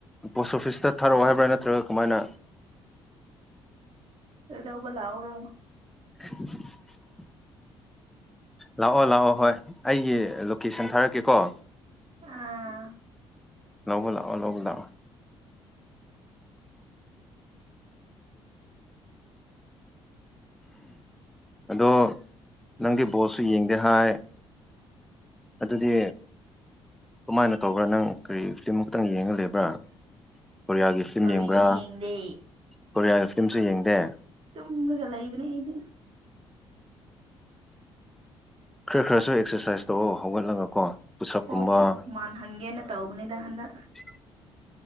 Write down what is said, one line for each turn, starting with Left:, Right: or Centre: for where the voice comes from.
Centre: ꯄꯣꯁ ꯑꯣꯐꯤꯁꯇ ꯊꯥꯔꯛꯑꯣ ꯍꯥꯏꯕ꯭ꯔꯥ ꯅꯠꯇ꯭ꯔꯒ ꯀꯃꯥꯏꯅ
Right: ꯗꯎꯕꯂ ꯑꯣꯔ
Centre: <inaudible> <unintelligible> ꯂꯥꯛꯑꯣ ꯂꯥꯛꯑꯣ ꯍꯣꯏ ꯑꯩꯒꯤ ꯂꯣꯀꯦꯁꯟ ꯊꯥꯔꯛꯀꯦꯀꯣ
Right: ꯑꯥ
Centre: ꯂꯣꯛꯗꯥ
Right: <inaudible>
Centre: ꯑꯗꯣ ꯅꯪꯗꯤ ꯕꯣꯁꯁꯨ ꯌꯦꯡꯗꯦ ꯍꯥꯏ ꯑꯗꯨꯗꯤ ꯀꯃꯥꯏꯅ ꯇꯧꯕ꯭ꯔꯥ ꯅꯪ ꯀꯔꯤ ꯐꯤꯂꯝ ꯑꯃꯈꯛꯇꯪ ꯌꯦꯡꯉ ꯂꯩꯕ꯭ꯔꯥ ꯀꯣꯔꯤꯌꯥꯒꯤ ꯐꯤꯂꯝ
Right: ꯀꯔꯤꯁꯨ
Centre: ꯌꯦꯡꯕ꯭ꯔꯥ
Right: ꯌꯦꯡꯗꯦ
Centre: ꯀꯣꯔꯤꯌꯥꯒꯤ ꯐꯤꯂꯝꯁꯨ ꯌꯦꯡꯗꯦ
Right: ꯇꯨꯝꯃꯒ ꯂꯩꯕꯅꯦ ꯑꯩꯗꯤ
Centre: ꯈꯔ ꯈꯔꯁꯨ ꯑꯦꯛꯁꯔꯁꯥꯏꯁ ꯇꯧꯑꯣ ꯍꯧꯒꯠꯂꯒ ꯀꯣ ꯄꯨꯁꯞꯀꯨꯝꯕ
Right: ꯀꯣꯛ ꯃꯥꯟꯍꯟꯒꯦꯅ ꯇꯧꯕꯅꯤꯗ ꯍꯟ ꯑ
Centre: ꯎꯝ